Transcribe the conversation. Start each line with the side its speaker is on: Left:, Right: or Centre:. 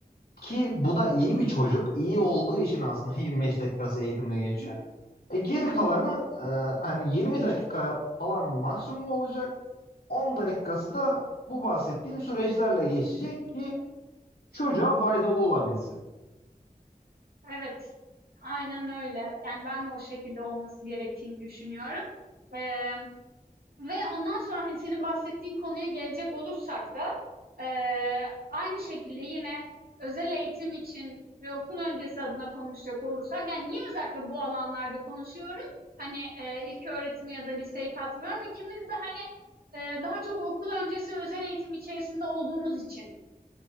Left: ki bu da iyi bir çocuk. İyi olduğu için aslında <laughs> 25 dakikası eğitimle geçiyor. E geri kalanı e, hani 20 dakika falan maksimum olacak. 10 dakikası da bu bahsettiğim süreçlerle geçecek ki çocuğa faydalı olabilsin.
Right: Evet. Aynen öyle. Yani ben de o şekilde olması gerektiğini düşünüyorum. Eee, ve ondan sonra hani senin bahsettiğin konuya gelecek olursak da eee, aynı şekilde yine özel eğitim için ve okul öncesi adına konuşacak olursak yani niye özellikle bu alanlarda konuşuyorum? Hani eee ilk öğretimi ya da liseyi katmıyorum. İkimiz de eee, daha çok okul öncesi özel eğitim içerisinde olduğumuz için.